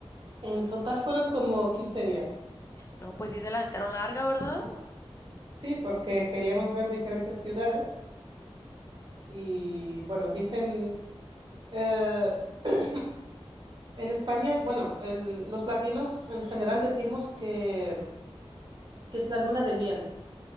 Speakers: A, on the right (about 45°); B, on the left (about 30°).
A: En total fueron como quince días.
B: No, pues sí se la aventaron larga, ¿verdad?
A: Sí, porque queríamos ver diferentes ciudades y bueno, dicen, eh, <clears throat> En España, bueno, el- los latinos en general decimos que, que es la luna de miel,